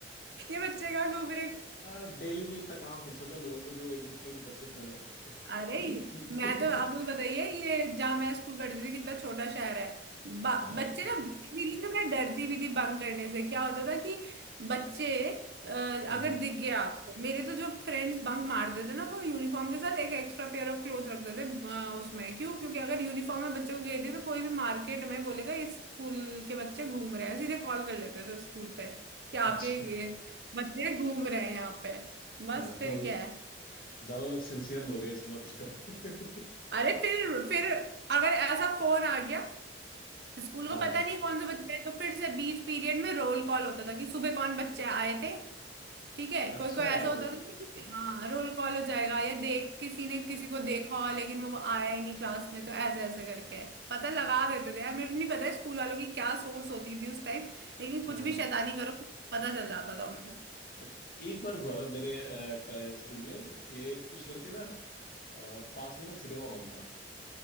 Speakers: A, on the right; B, on the left.
A: <laughs> ये बच्चे का घूम रहे
B: आ, डेली में इतना कहाँ फुर्सत है लोगों को जो एक दूसरे के बच्चे पर नजर रखे
A: अरे
B: <laughs> इतनी-
A: मैं तो आप लोग बताइए ये जहाँ मैं स्कूल पढ़ती थी कितना छोटा शहर है ब-
B: हाँ यार
A: बच्चे ना इसीलिए तो मैं डरती भी थी बंक करने से क्या होता था कि बच्चे अ,
B: हम्म,
A: अगर दिख गया आपको मेरे तो जो फ्रेंड्स बंक मारते थे ना वो यूनिफॉर्म के साथ एक एक्स्ट्रा पेयर ऑफ क्लोथ रखते थे अ, उसमें क्यों क्योंकि अगर यूनिफॉर्म में बच्चों को घेर दिया तो कोई भी मार्केट में बोलेगा इस स्कूल के बच्चे घूम रहे हैं सीधे कॉल कर लेते थे स्कूल पे कि
B: अच्छा
A: आपके ये बच्चे घूम रहे हैं यहाँ पे बस
B: हाँ
A: फिर
B: तो
A: क्या है
B: ज्यादा लोग सिंसियर लोग हैं इसका मतलब
A: अरे फिर फिर अगर ऐसा फोन आ गया स्कूल को
B: <laughs> हाँ
A: पता
B: हाँ
A: नहीं कौन से बच्चे आए तो फिर से बीच पीरियड में रोल कॉल होता था कि सुबह कौन बच्चे आए थे ठीक है
B: अच्छा
A: कोई कोई ऐसा
B: अरे
A: होता था ना कि हाँ रोल कॉल हो जाएगा या देख किसी ने किसी को देखा लेकिन वो आया ही नहीं क्लास में तो ऐसे ऐसे करके पता लगा देते थे यार मेरे को नहीं पता स्कूल वालों की क्या सोर्स होती थी उस टाइम लेकिन कुछ
B: हाँ हाँ।
A: भी शैतानी करो पता चल जाता था उनको
B: अच्छा एक बार हुआ था मेरे अ, का- स्कूल में कि कुछ लड़के ना अ, पास में ना सिनेमा हॉल था